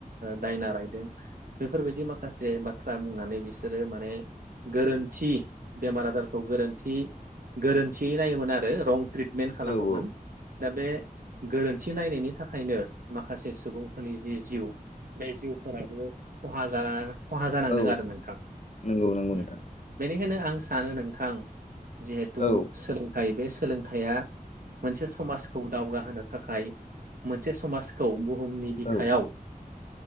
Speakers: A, on the right; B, on the left.
A: दायना रायदों। बेफोरबायदि माखासे बाथ्रा बुंनानै बिसोरो माने। गोरोन्थि बेमार-आजारखौ गोरोन्थि गोरोन्थियै नायोमोन आरो रं ट्रिट। मेन
B: औ
A: खालामोमोन
B: औ औ
A: दा बे गोरोन्थि नायनायनि थाखायनो माखासे सुबुं। फोरनि जि-जिउ बे जिउफोराबो खहा जाना। खहा जानांदों
B: औ
A: आरो नोंथां
B: नंगौ नंगौ
A: उम
B: नोंथां
A: बेनिखायनो आं सानो नोंथां। जिहेतु
B: औ
A: सोलोंथाइ बे सोलोंथाइया मोनसे समाजखौ दावगा होनो। थाखाय मोनसे समाजखौ बु। बुहुमनि बिखायाव
B: औ